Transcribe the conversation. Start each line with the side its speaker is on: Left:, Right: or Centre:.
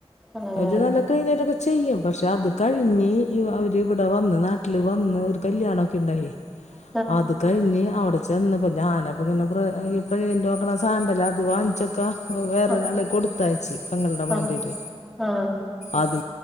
Centre: ഏഹ്
Left: അവര് നല്ല കഴുന്നേട്ടൊക്കെ ചെയ്യും പക്ഷെ അത് കഴിഞ്ഞ് അവരി ഇവിടെ വന്ന് നാട്ടിൽ വന്ന് ഒരു കല്ല്യാണംമൊക്കെ ഉണ്ടായി
Centre: ഉ
Left: അത് കഴിഞ്ഞ് അവിടെ ചെന്നപ്പോ ഞാനപ്പ ഇങ്ങനെ പ്രന്റെ അണ സാൻഡലോ അത് വാങ്ങിച്ചൊക്കെ അപ്പൊ വേറൊരാള
Centre: ആഹ്
Left: കൊടുത്താച്ചി പങ്ങളുടെ മോന്റേൽ
Centre: ആഹ് ആഹ്
Left: അത്